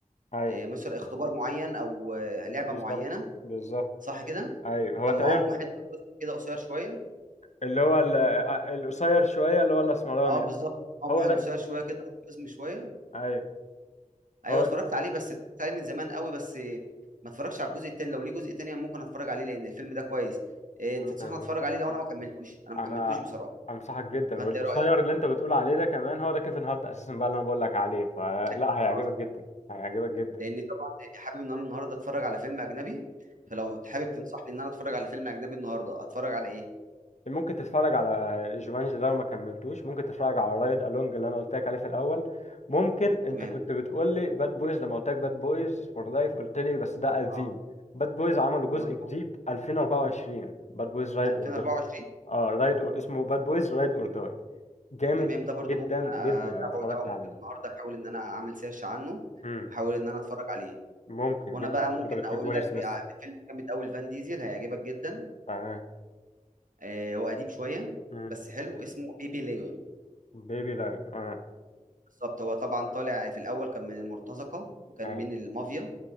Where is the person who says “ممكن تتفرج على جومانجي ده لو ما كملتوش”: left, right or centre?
Left